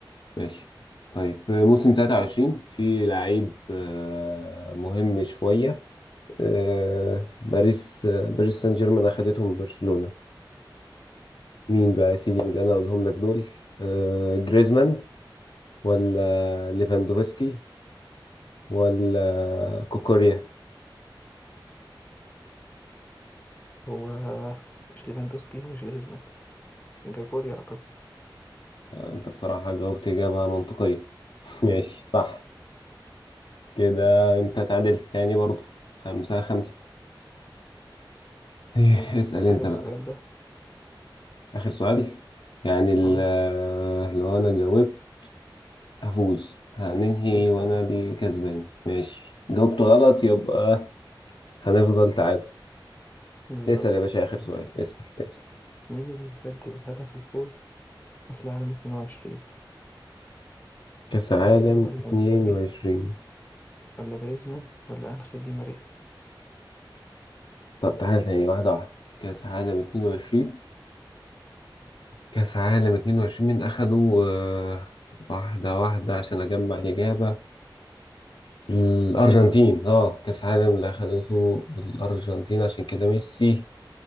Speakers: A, on the left; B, on the left.
A: ماشي طيب موسم 23 في لعيب آه، مهم شوية آه، باريس آه، باريس سان جيرمان أخدته من برشلونة مين بقى يا سيدي من اللي انا اقولهم لك دول آه، جريزمان ولا ليفاندوفسكي ولا كوكوريا
B: هو مش ليفاندوفسكي ومش جريزمان، جاكوري أعتقد،
A: آه، انت بصراحة جاوبت إجابة منطقية <laughs> ماشي صح كده انت تعادلت تاني برضو خمسة خمسة إيه،
B: حلو
A: اسأل انت
B: آخر
A: بقى
B: سؤال ده
A: آخر سؤال يعني ال-
B: آه
A: لو انا جاوبت هفوز هننهي
B: تكسب
A: وانا
B: آه،
A: الكسبان ماشي جاوبت غلط يبقى هنفضل تعادل
B: بالضبط،
A: اسأل يا باشا آخر سؤال اسأل اسأل
B: مين اللي سجل هدف الفوز في كأس العالم 22؟
A: كأس العالم
B: ميسي والّا
A: 22
B: امبابي والّا جريزمان والّا أنخيل دي ماريا؟
A: طب تعالى تاني واحدة واحدة كأس عالم 22 كأس عالم 22 مين أخده آه، واحدة واحدة عشان أجمع الإجابة الأرجنتين اه كأس عالم اللي أخدته الأرجنتين عشان كده ميسي